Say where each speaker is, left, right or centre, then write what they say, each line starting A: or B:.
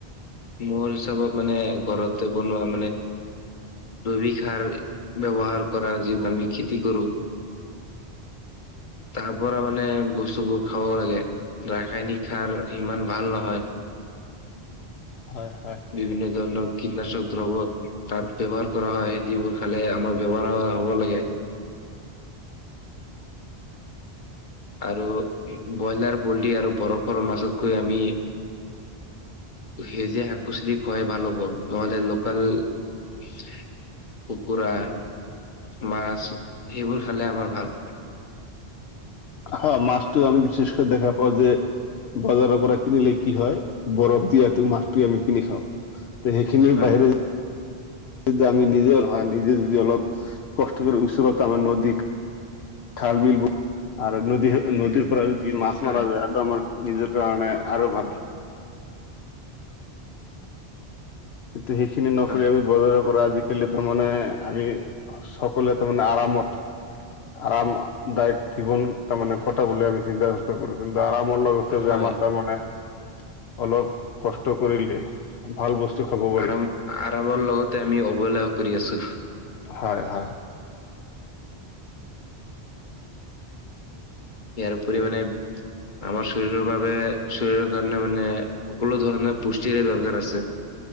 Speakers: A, on the left; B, on the left.
A: মোৰ হিচাপত মানে, ঘৰতে বনোৱা মানে জৈৱিক সাৰ ব্যৱহাৰ কৰা যি আমি খেতি কৰোঁ তাৰ পৰা মানে বস্তুবোৰ খাব লাগে। ৰাসায়নিক সাৰ ইমান ভাল নহয়।
B: হয়-হয়।
A: বিভিন্ন ধৰণৰ কীটনাশক দ্ৰব্য তাত ব্যৱহাৰ কৰা হয়, যিবোৰ খালে আমাৰ ব্যৱাৰ হ'ব লাগে। আৰু ব্ৰইলাৰ, পল্ট্ৰি আৰু বৰফ ফৰম বাাছতকৈ আমি, সেউজীয়া খুচলি খুৱাই ভাল হ'ব, নহলে লোকেল কুকুৰা মাছ, সেইবোৰ খালে আমাৰ ভাল।
B: হা মাছটো আমি বিশেষকৈ দেখা পাওঁ যে বজাৰৰ পৰা কিনিলে কি হয়, বৰফ দিয়ো মাছটো আমি কিনি খাওঁ। তে সেইখিনি
A: হয়
B: বাহিৰে যদি আমি নিজে-নিজে যদি অলপ কষ্ট কৰি ওচৰত আমাৰ নদী খাল বিল <inaudible> আৰু নদী নদীৰ পৰা যদি মাছ
A: হয়
B: মাৰা যায় আৰুটো আমাৰ নিজৰ কাৰণে আৰু ভাল। কিন্তু সেইখিনি নকৰি
A: হয়
B: আমি বজাৰৰ পৰা আজি থাকিলেহ টো মানে আমি সকলোৱে টো মানে আৰামত আৰমদায়ক জীৱন তাৰ মানে কটা বলে আমি চিন্তা ো <unintelligible> কিন্তু আৰামৰ লগতো যে
A: হয়
B: আমাৰ তাৰমানানে অলপ কষ্ট কৰিলে ভাল বস্তু খাব পাৰি
A: আৰাম-আৰামৰ লগতে আমি অবহেলা কৰি আছোঁ।
B: হয়-হয়।
A: ইয়াৰ উপৰি মানে আমাৰ চৰীৰৰ বাবে চৰীৰৰ কাৰণে মানে সকলো ধৰণৰ পুষ্টিৰে দৰকাৰ আছে।